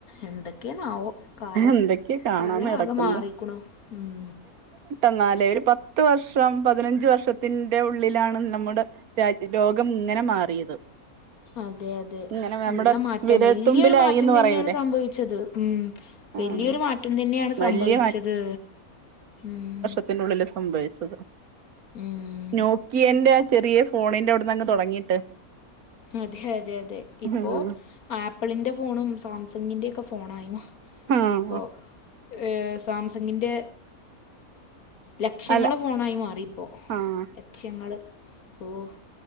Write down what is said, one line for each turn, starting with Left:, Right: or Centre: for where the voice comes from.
Left: എന്തൊക്കെയെണാവോ കാലം
Right: എന്തൊക്കെയാ കാണാന്ന്
Left: കാലം
Right: കിടക്കുന്ന്
Left: ആകെ മാറീക്ക്ണു ഉം
Right: ന്നാലെ ഒരു പത്ത് വർഷം പതിനഞ്ച് വർഷത്തിന്റെ ഉള്ളിലാണ് നമ്മുടെ രാജ്യം ലോകം ഇങ്ങനെ മാറിയത്
Left: അതെ അതെ
Right: ഇങ്ങനെ നമ്മുടെ
Left: നല്ല മാറ്റം
Right: വിരൽത്തുമ്പിലായിന്ന്
Left: വല്യൊരു മാറ്റം തന്നെയാണ്
Right: പറയൂലേ
Left: സംഭവിച്ചത് ഉം. വല്യൊരു
Right: ആഹ്
Left: മാറ്റം തന്നെയാണ് സംഭവിച്ചത്
Right: വലിയ
Left: ഉം.
Right: ഇതിനുള്ളില് സംഭവിച്ചത്.
Left: ഉം.
Right: നോക്കിയന്റെ ആ ചെറിയ ഫോണിന്റെ അവിടന്നങ്ങ് തൊടങ്ങീട്ട്.
Left: അതെ അതെ അതെ ഇപ്പൊ
Right: ഉം
Left: ആപ്പിളിന്റെ ഫോണും, സാംസങ്ങിന്റെ ഒക്കെ ഫോണായി
Right: ആഹ്
Left: ഇപ്പൊ ഏഹ് സാംസങ്ങിന്റെ ലക്ഷങ്ങളെ
Right: അല്ല
Left: ഫോണായി മാറിപ്പോ
Right: ആഹ്
Left: ലക്ഷങ്ങള് ഓഹ്.